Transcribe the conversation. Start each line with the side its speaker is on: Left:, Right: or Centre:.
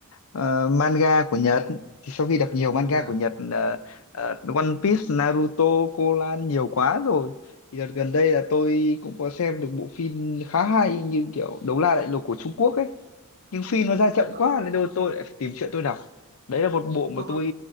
Left: ờ, manga của Nhật. Thì sau khi đọc nhiều manga
Right: à,
Left: của Nhật ờ, ờ, One Piece, Naruto, Conan nhiều quá rồi. Thì đợt gần đây là tôi cũng có xem được bộ phim khá hay như kiểu Đấu La Đại Lục của Trung Quốc ấy. Nhưng phim nó ra chậm
Right: ờ,
Left: quá nên đôi tôi lại phải tìm truyện tôi đọc. Đấy là một bộ mà
Right: tôi
Left: tôi